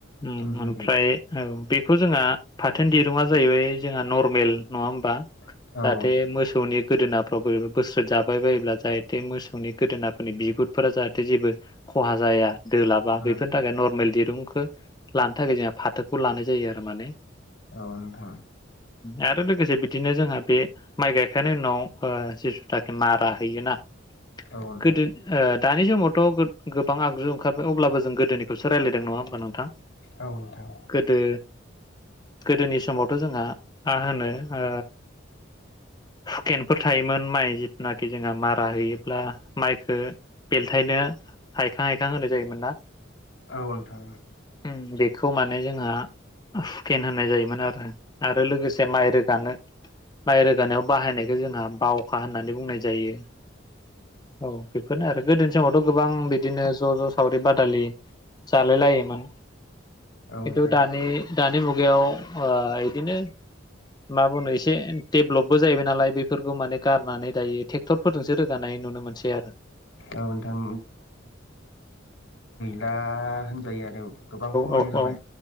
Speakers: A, on the left (about 20°); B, on the left (about 75°).
A: ओम
B: सनजुरि
A: ओमफ्राय औ बे <unintelligible> जोंहा फाथोनि दिर रुंआ जाहैबाय जोंहा नद <unintelligible> नङा होमबा
B: औ
A: जाहाथे मोसौनि गोदोनाफ्राव बोर बोस जाबाय बायोब्ला जाहाथे मोसौ नि गोदोनाफोरनि बिगुतफोरा जाहाथे जेबो खहा जाया। दोलाबा
B: औ
A: बेफोरनि थाखाय नरमेल दिर दुंखो लानो थाखाय जोंहा फाथोखौ लानाय जायो आरो माने।
B: औ नोथां
A: आरो लोगोसे बिदिनो जोंहा बे माइ गायखांनायनि उनाव ओ जिस जाथे मारा होयोना
B: औ नोंथां
A: गोदो ओ दानि समावथ' गोग गोबां आगजु ओंखारबाय अब्लाबो जों गोदोनिखौसो रायलायदों नङा होमबा नोंथां?
B: औ नोंथां
A: गोदो गोदोनि समावथ' जोंहा मा होनो ओ हुखेन। फोर थायोमोन माइ जिथुनाखि जोंहा मारा हैयोब्ला माइखौ बेलथायनो हायखां हायखां होनाय जायोमोन। मेनना
B: औ नोंथां
A: उम बे। खौ माने जोंहा हुखेन होन्नाय जायोमोन आरो आरो लोगोसे माइ रोगानो माइ रोगानायाव बाहायनाय जे जोंहा बावखा होननानै बुंनाय जायो औ बेफोरनो आरो। गोदो <unintelligible> त गोबां बिदिनो ज जस सावरि बादालि। जालाय लायोमोन किन्थु
B: नोंथां
A: दानि दानि मुगायाव हवा इदिनो मा बुंनो एसे देबलपबो जाहैबाय नालाय बेफ फोरबो माने गारनानै दायो थेक्टरफोरजोंसो रो जानाय नुनो मोनसै आरो।
B: औ नोंथां दा आ होनजायो‌ आरो गोबां कमन
A: औ
B: जाबाय
A: औ